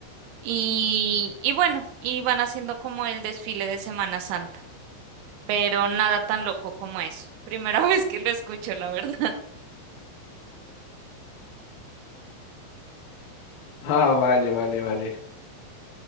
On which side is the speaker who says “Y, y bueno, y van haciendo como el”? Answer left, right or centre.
Right